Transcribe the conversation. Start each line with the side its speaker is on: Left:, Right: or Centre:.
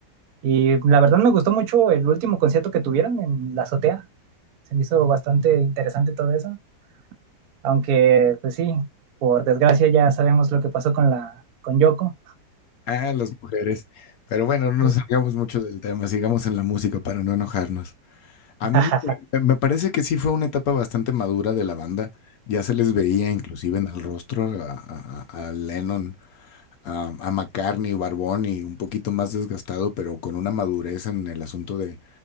Right: Y la verdad me gustó mucho el último concierto que tuvieron en la azotea. Se me hizo bastante interesante todo eso. Aunque, pues sí, por desgracia ya sabemos lo que pasó con la con Yoko.
Left: Ah, las mujeres. Pero bueno, no
Right: Sí,
Left: nos salgamos mucho del tema, sigamos en la música para no enojarnos. A
Right: <laughs>
Left: mí me, me parece que sí fue una etapa bastante madura de la banda. Ya se les veía inclusive en el rostro a, a- a Lennon, a, a McCartney, Barbón y un poquito más desgastado, pero con una madurez en el asunto de,